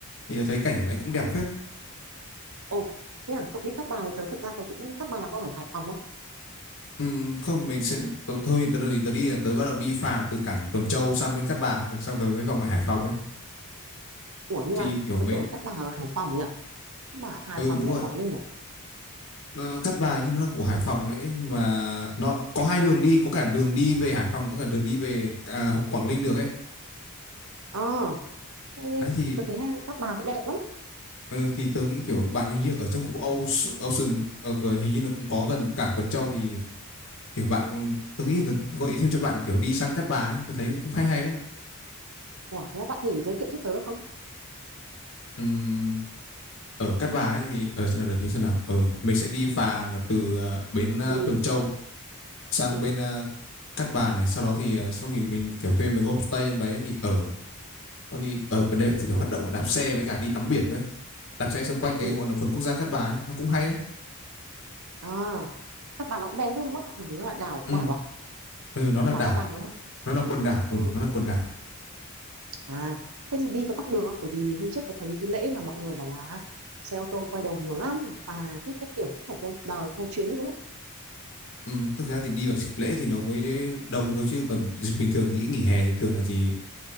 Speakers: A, on the left; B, on the right.
A: thì tớ thấy cảnh ở đấy cũng đẹp phết
B: ồ thế à cậu đi Cát Bài tớ thật ra tớ cũng Cát Bài là có ở Hải Phòng á
A: ừ, không mình sẽ tớ, thôi tớ đi tớ đi là tớ bắt đầu đi phà là từ cảng Tuần Châu sang bên Cát Bà xong rồi mới vòng lại Hải Phòng ấy
B: ủa nhưng
A: thì
B: mà
A: kiểu
B: tớ
A: mình
B: tưởng là Cát Bà ở Hải Phòng nhỉ Cát Bà ở Hải
A: ừ
B: Phòng
A: đúng
B: hay
A: rồi
B: Quảng Ninh nhỉ
A: ờ, Cát Bài như nó là của Hải Phòng đấy nhưng mà nó có hai đường đi có cả đường đi về Hải Phòng có cả đường đi về à, Quảng Ninh được ấy
B: ờ thế
A: đấy thì
B: tớ thấy hai- Cát Bà cũng đẹp lắm
A: ờ, thì tớ nghĩ kiểu bạn hình như ở trong khu Âu- Ocean ở cửa- hình như nó cũng có gần cảng Tuần Châu thì kiểu bạn tớ nghĩ là gợi ý thêm cho bạn kiểu đi sang Cát Bà ấy tớ thấy cũng hay hay đấy
B: ủa thế bạn thể giới thiệu giúp tớ được không
A: Ừm, ở Cát Bà ấy thì ở xem nào đợt thì xem nào ở mình sẽ đi phà là từ ờ, bến ờ,
B: ừ
A: Tuần Châu sang
B: ừ
A: bên ờ, Cát Bà này sau đó thì ờ, xong thì mình kiểu thuê mấy cái homestay trong đấy thì ở xong thì ở bên đấy chủ
B: ừ
A: yếu hoạt động là đạp xe với cả đi tắm biển thôi đạp xe xung quanh cái
B: ừ
A: gọi là vườn quốc gia Cát Bà ấy nó cũng hay lắm
B: à Cát Bà nó cũng bé thôi mất nó là đảo
A: ừ.
B: đảo à
A: ừ nó là
B: đảo
A: đảo
B: Cát Bà đúng không
A: nó là quần đảo
B: Ừ.
A: ừ nó là quần đảo
B: À, thế thì đi có tắc đường không? Bởi vì hôm trước tôi thấy cái lễ mà mọi người bảo là xe ô tô quay đầu nhiều lắm, phà thiết các kiểu cũng phải theo đò, theo chuyến đúng không?
A: ừ, thực ra thì đi vào dịp lễ thì nó mới đông thôi chứ còn dịp bình thường nghĩ nghỉ hè bình thường là gì